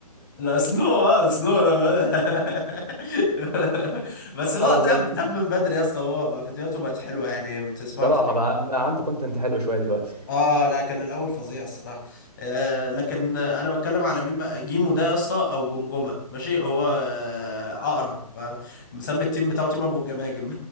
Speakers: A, on the left; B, on the right.
A: لا سنو اه سنو <laughs> بس هو
B: <laughs> خلاص
A: تاب
B: بقى.
A: تاب من بدري يا اسطى هو بقى فيديوهاته بقت حلوه يعني بتسمعه
B: بصراحه بقى, بقى عنده كونتنت حلو شويه دلوقتي
A: اه لا كان الاول فظيع الصراحه آه لكن انا بتكلم على مين بقى جيمو ده يا اسطى او جمجمه ماشي هو آه اقرع فمسمي التيم بتاعه تيم ابو الجماجم